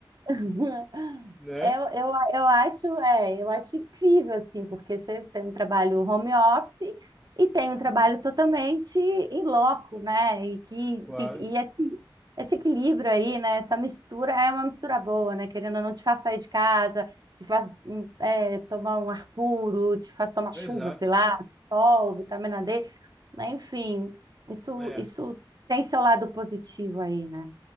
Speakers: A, on the right; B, in the centre.
A: <laughs>
B: né?
A: Eu, eu, eu acho, é, eu acho incrível, assim, porque você tem um trabalho home office e tem um trabalho
B: Uhum.
A: totalmente em loco, né? E, que,
B: Claro,
A: que- e esse, esse equilíbrio aí, né? Essa mistura é uma mistura boa, né? Querendo ou não, te faz sair de casa, te faz hum, é, tomar um ar puro, te faz tomar
B: exato.
A: chuva, sei lá, sol, vitamina D, né? Enfim, isso,
B: É,
A: isso tem seu lado positivo aí, né?